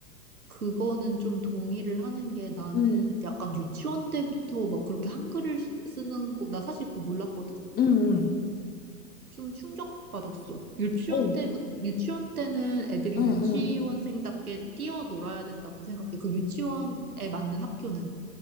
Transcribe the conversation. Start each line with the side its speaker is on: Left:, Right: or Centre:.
Right: 그거는 좀 동의를 하는 게 나는
Left: 응
Right: 약간 유치원 때부터 막 그렇게 한글을 쓰- 쓰는 거, 나 사실 그거 몰랐거든?
Left: 응 응
Right: 좀 충격받았어. 유치원
Left: 어, 응,
Right: 때부, 유치원 때는 애들이
Left: 응.
Right: 유치원생답게 뛰어놀아야 된다고 생각해. 그 유치원에 맞는 학교는.